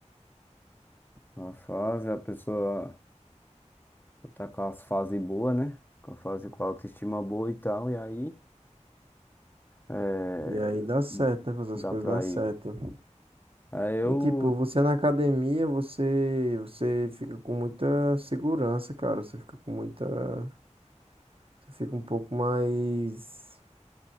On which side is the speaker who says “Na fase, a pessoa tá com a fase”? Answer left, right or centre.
Left